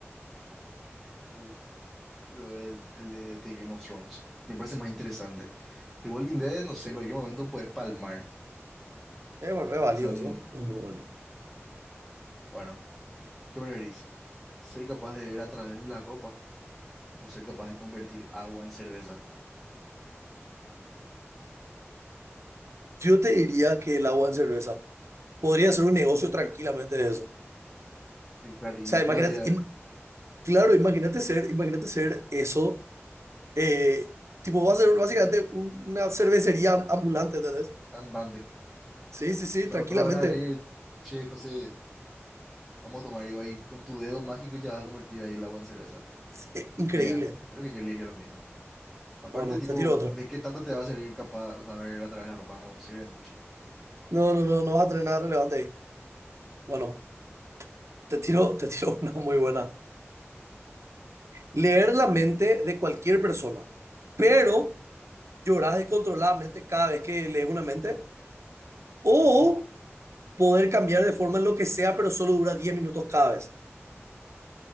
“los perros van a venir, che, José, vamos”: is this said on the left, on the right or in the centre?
Centre